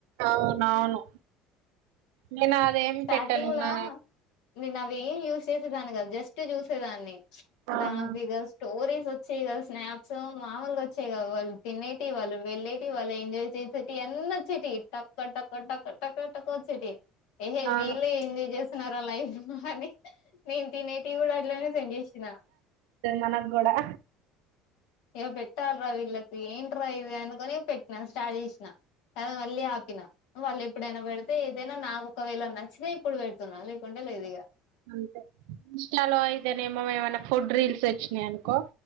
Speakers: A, on the right (about 80°); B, on the left (about 75°).
A: అవునవును. నేను అదేమి
B: స్టార్టింగ్ల,
A: పెట్టను నా
B: నేను అవి ఏం యూస్ చేసేదాన్ని కాదు జస్ట్ చూసేదాన్ని
A: అవును
B: ద్దాక్ ఇగ స్టోరీ వచ్చేవి కద స్నాప్స్ మామూలుగా వచ్చేవి కావు వాళ్ళు తినేటి వాళ్ళు వెళ్ళే టి వాళ్ళు ఎంజాయ్ చేసేటివి అన్ని వచ్చేటియి టక్క టక్కా టక్కా టక్కా టక్కా వచ్చేటియి ఏహే
A: అవును
B: వీళ్ళే ఎంజాయ్ చేస్తున్నారా లైఫ్ అని నేను తినేటి కూడా అట్లనే సెండ్ చేసినా
A: మనకు కూడా
B: ఇగ పెట్టాలిరా వీళ్ళకి ఏంటి రా ఇది అనుకొని పెట్టినా స్టార్ట్ చేసినా తర్వాత మళ్ళీ ఆపిన వాళ్ళు ఎప్పుడైనా పెడితే ఏదైనా నాకు ఒకవేళ నచ్చితే ఇప్పుడు పెడుతున్నా లేకుంటే లేదు ఇగ
A: అంతే ఇంస్టాలో అయితే నేమో ఏమైన్నా ఫుడ్ రీల్స్ వచ్చినయి అనుకో